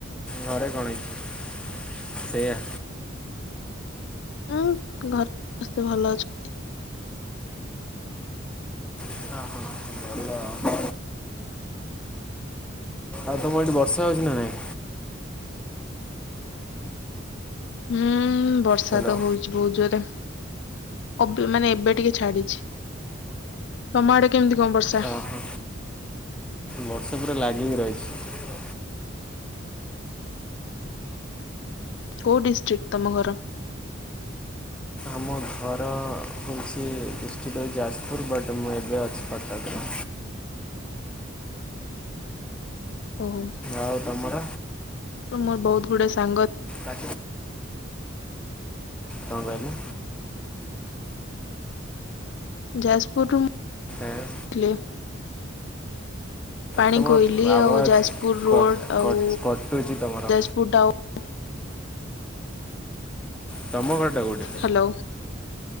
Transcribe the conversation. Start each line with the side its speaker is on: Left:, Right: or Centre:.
Centre: ଘରେ କଣ ହେଇଛି ସେୟା।
Left: ଉଁ ଘରେ ସମସ୍ତେ ଭଲ ଅଛନ୍ତି।
Centre: ଭଲ ଆଉ ଆଉ ତମର ସେଠି ବର୍ଷା ହଉଛି ନା ନାଇଁ।
Left: ହୁଁ ବର୍ଷା
Centre: ହ୍ୟାଲୋ
Left: ତ ହଉଛିି ବହୁତ ଜୋରେ। ଅବି ମାନେ ଏବେ ଟିକେ ଛାଡିଛି। ତମ ଆଡେ କେମିତି କଣ ବର୍ଷା।
Centre: ଓହୋ ବର୍ଷା ପୁରା ଲାଗିକି ରହିଛି।
Left: ହୁଁ କେ ଡିଷ୍ଟ୍ରିକ୍ଟ ତମ ଘର।
Centre: ଆମ ଘର। ହଉଛି ଡିଷ୍ଟ୍ରିକ୍ଟ ହଉଚି ଯାଜପୁର ବଟ୍ ମୁଁ ଏବେ ଅଛି କଟକରେ।
Left: ଓହୋ।
Centre: ଆଉ ତମର?
Left: ରୁ ମୋର ବହୁତ ଗୁଡେ ସାଙ୍ଗ।
Centre: କଁ କହିଲେ।
Left: ଯାଜପୁରରୁ ଥିଲେ।
Centre: ଏଁ
Left: ପାଣି
Centre: ତମ
Left: କୋଇଲି
Centre: ଆବାଜ
Left: ଆଉ ଯାଜପୁର
Centre: କ
Left: ରୋଡ
Centre: କଟ
Left: ଆଉ।
Centre: କଟୁଛି ତମର।
Left: ଯଜପୁର ଟାଉନ।
Centre: ତମ ଘର ଟା କୋଉଠି
Left: ହ୍ୟାଲୋ